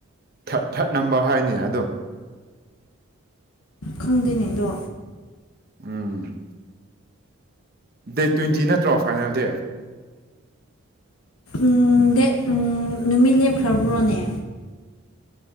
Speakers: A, on the right; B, on the left.
A: ꯊ꯭ꯔꯠ ꯊ꯭ꯔꯠ ꯅꯝꯕꯔ ꯍꯥꯏꯅꯦ ꯑꯗꯨꯝ
B: ꯈꯪꯗꯦꯅꯦꯗꯣ
A: ꯎꯝ ꯗꯦꯠ ꯇ꯭ꯋꯦꯟꯇꯤ ꯅꯠꯇ꯭ꯔꯣ ꯐꯥꯏꯅꯦꯜ ꯗꯤ
B: ꯎꯝ ꯗꯦꯠ ꯎꯝ ꯅꯨꯃꯤꯠ ꯂꯦꯞꯈ꯭ꯔꯕ꯭ꯔꯣꯅꯦ